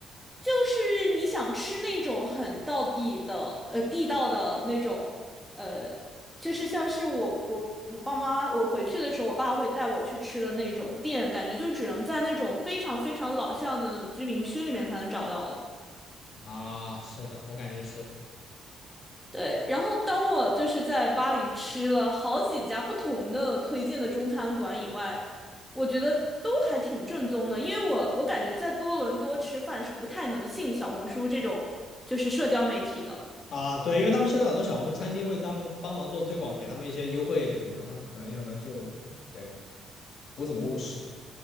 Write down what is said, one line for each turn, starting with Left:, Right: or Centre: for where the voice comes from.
Centre: 就是你想吃那种很道地的，呃，地道的那种，呃，就是像是我我我爸妈，我回去的时候，我爸会带我去吃的那种店，感觉就只能在那种非常非常老巷子的那种居民区里面才能找到了。
Left: 啊，是的，我感觉是的
Centre: 对，然后当我就是在巴黎吃了好几家不同的推荐的中餐馆以外，我觉得都还挺正宗的，因为我我感觉在多伦多吃饭是不太能信小红书这种就是社交媒体的。
Left: 啊，对，因为他们现在很多小红书餐厅会当帮忙做推广，给他们一些优惠什么的，他们可能就可能就对不怎么务实。